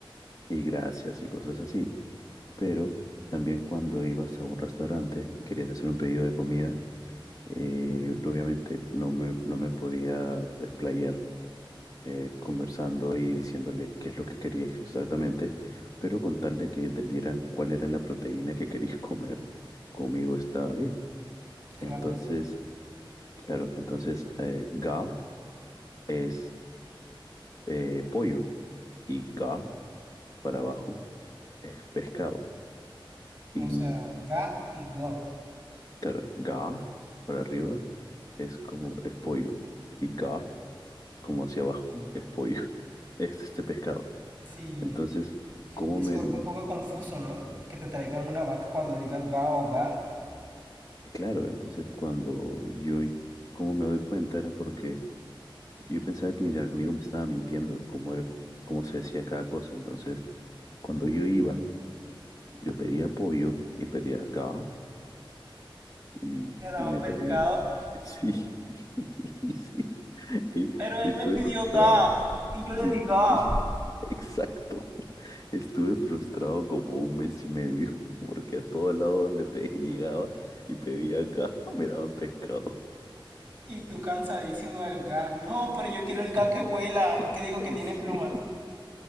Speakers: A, on the left; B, on the right.
A: y gracias y cosas así, pero también cuando ibas a un restaurante y querías hacer un pedido de comida, eh, obviamente no me, no me podía desplayar eh, conversando y diciéndole qué es lo que quería exactamente, pero con tal de que entendieran cuál era la proteína que quería <laughs> comer, conmigo estaba bien. Entonces,
B: Claro.
A: claro, entonces eh, ga es eh, pollo y ga para abajo es pescado. Y
B: O sea, ga y go.
A: claro, ga para arriba es como es pollo y ga como hacia abajo es pollo, <laughs> es este pescado.
B: Sí,
A: Entonces, ¿cómo
B: se
A: me,
B: vuelve un poco confuso, ¿no? Que te traigan una vaca cuando digas ga o ga.
A: Y Claro, entonces cuando yo, cómo me doy cuenta, era porque yo pensaba que mis amigos me estaban mintiendo, como, era- como se decía cada cosa. Entonces, cuando yo iba, yo pedía pollo y pedía ga y,
B: Te daban
A: y me
B: pescado,
A: traía. Sí, <laughs> sí. Y
B: pero él
A: estuve
B: me pidió
A: frustrado.
B: ga y yo le
A: Sí,
B: di ga.
A: <laughs> exacto. Estuve frustrado como un mes y medio, <laughs> porque a todo lado donde pe- llegaba y pedía acá, <laughs> me daban pescado.
B: Y tú cansadísimo del ga. No, pero yo quiero
A: <laughs> Sí.
B: el ga que vuela, que digo
A: <laughs>
B: que tiene
A: Sí,
B: plumas.